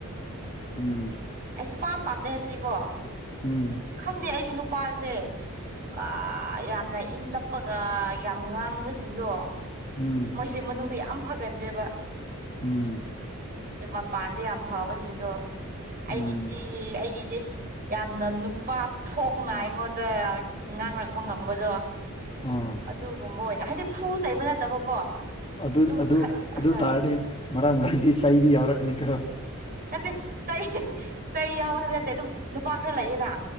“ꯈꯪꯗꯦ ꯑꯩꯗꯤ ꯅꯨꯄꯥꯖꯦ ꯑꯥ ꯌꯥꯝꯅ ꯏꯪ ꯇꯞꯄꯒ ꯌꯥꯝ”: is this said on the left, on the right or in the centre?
Right